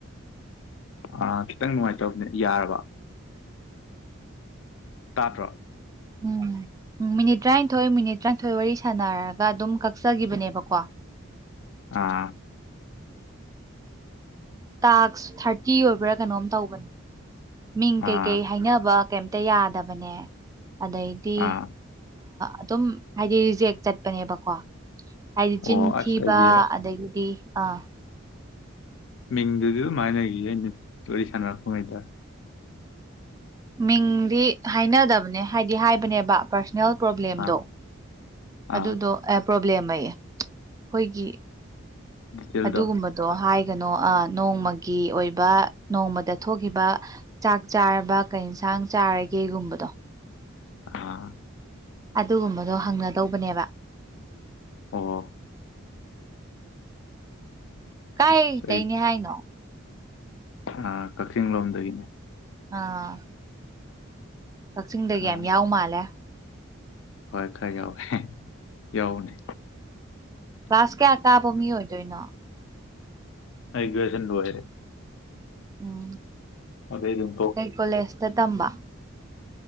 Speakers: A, on the left; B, on the right.
A: ꯑ ꯈꯤꯇꯪ ꯅꯨꯡꯉꯥꯏꯇꯕꯅꯦ ꯌꯥꯔꯕ ꯇꯥꯇ꯭ꯔꯣ
B: ꯎꯝ ꯎꯝ ꯃꯤꯅꯤꯠ ꯇꯔꯥꯅꯤꯊꯣꯏ ꯃꯤꯅꯤꯠ ꯇꯔꯥꯅꯤꯊꯣꯏ ꯋꯥꯔꯤ ꯁꯥꯟꯅꯔꯒ ꯑꯗꯨꯝ ꯀꯛꯆꯕꯅꯦꯕꯀꯣ
A: ꯑꯥ
B: ꯇꯥꯛꯁ ꯊꯥꯔꯇꯤ ꯑꯣꯏꯕ꯭ꯔꯥ ꯀꯩꯅꯣꯝ ꯇꯧꯕꯅꯦ ꯃꯤꯡ ꯀꯩꯀꯩ
A: ꯑꯥ
B: ꯍꯥꯏꯅꯕ ꯀꯩꯝ ꯍꯛꯇ ꯌꯥꯗꯕꯅꯦ ꯑꯗꯩꯗꯤ
A: ꯑꯥ
B: ꯑꯗꯨꯝ ꯍꯥꯏꯗꯤ ꯔꯤꯖꯦꯛ ꯆꯠꯄꯅꯦꯕꯀꯣ ꯍꯥꯏꯗꯤ ꯆꯤꯟ
A: ꯑꯣ
B: ꯊꯤꯕ
A: ꯑꯁ ꯑꯩꯗꯤ
B: ꯑꯗꯒꯤꯗꯤ ꯑꯥ
A: ꯃꯤꯡꯗꯨꯗꯤ ꯑꯗꯨꯝꯍꯥꯏ ꯂꯩꯒꯤꯌꯦ ꯑꯩꯅ ꯋꯥꯔꯤ ꯁꯥꯟꯅꯔꯛꯄꯉꯩꯗ
B: ꯃꯤꯡꯗꯤ ꯍꯥꯏꯅꯗꯕꯅꯦ ꯍꯥꯏꯗꯤ ꯍꯥꯏꯕꯅꯦꯕ ꯄ꯭ꯔꯁꯅꯦꯜ ꯄ꯭ꯔꯣꯕ꯭ꯂꯦꯝꯗꯣ
A: ꯑꯥ
B: ꯑꯗꯨꯗꯣ
A: ꯑꯥ
B: ꯑꯦ ꯄ꯭ꯔꯣꯕ꯭ꯂꯦꯝ ꯑꯌꯦ ꯑꯩꯈꯣꯏꯒꯤ
A: ꯗꯤꯇꯦꯜꯗꯣ
B: ꯑꯗꯨꯒꯨꯝꯕ ꯗꯣ ꯍꯥꯏꯒꯅꯣ ꯑ ꯅꯣꯡꯃꯒꯤ ꯑꯣꯏꯕ ꯅꯣꯡꯃꯗ ꯊꯣꯛꯈꯤꯕ ꯆꯥꯛ ꯆꯥꯔꯕ ꯀꯩ ꯏꯟꯁꯥꯡ ꯆꯥꯔꯒꯦꯒꯨꯝꯕꯗꯣ
A: ꯑꯥ
B: ꯑꯗꯨꯒꯨꯝꯕꯗꯣ ꯍꯪꯅꯗꯧꯕꯅꯦꯕ
A: ꯑꯣ
B: ꯀꯥꯏꯇꯩꯅꯦ
A: ꯑꯁ
B: ꯍꯥꯏꯅꯣ
A: ꯑ ꯀꯛꯆꯤꯡ ꯂꯣꯝꯗꯒꯤꯅꯤ
B: ꯑꯥ ꯀꯥꯛꯆꯤꯡꯗꯒꯤ
A: ꯑꯥ
B: ꯌꯥꯝ ꯌꯥꯎ ꯃꯥꯜꯂꯦ
A: ꯍꯣꯏ ꯈꯔ ꯌꯥꯎꯋꯦ ꯌꯥꯎꯕꯅꯦ
B: ꯀ꯭ꯂꯥꯁ ꯀꯌꯥ ꯀꯥꯕ ꯃꯤ ꯑꯣꯏꯗꯣꯏꯅꯣ
A: ꯑꯩ ꯒ꯭ꯔꯦꯖ꯭ꯋꯦꯁꯟ ꯂꯣꯏꯔꯦ
B: ꯎꯝ
A: ꯑꯗꯩ ꯑꯗꯨꯝ
B: ꯀꯩ ꯀꯣꯂꯦꯖꯇ ꯇꯝꯕ